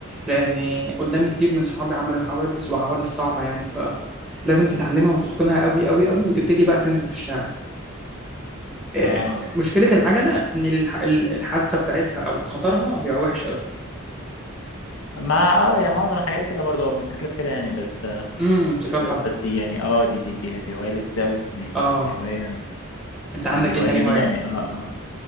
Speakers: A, in the centre; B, on the left.
A: لان قدامي كتير من صحابي عملوا حوادث وحوادث صعبه يعني فلازم تتعلمها وتتقنها قوي قوي قوي وتبتدي بقى تنزل في الشارع آه،
B: اه
A: مشكله العجله
B: فهمت
A: ان الح- الحادثه بتاعتها او خطرها بيبقى وحش قوي
B: ما اه يعني معظم الحاجات كده برضه الموتوسيكلات كده يعني بس
A: امم موتوسيكلات
B: بس
A: طبعا
B: بس دي يعني اه دي دي دي, دي هوايه لذيذه قوي يعني دي
A: اه
B: دي, دي هوايه
A: انت
B: دي
A: عندك
B: دي
A: ايه
B: هوايه
A: تاني
B: جميله
A: هوايات
B: يعني اه آه.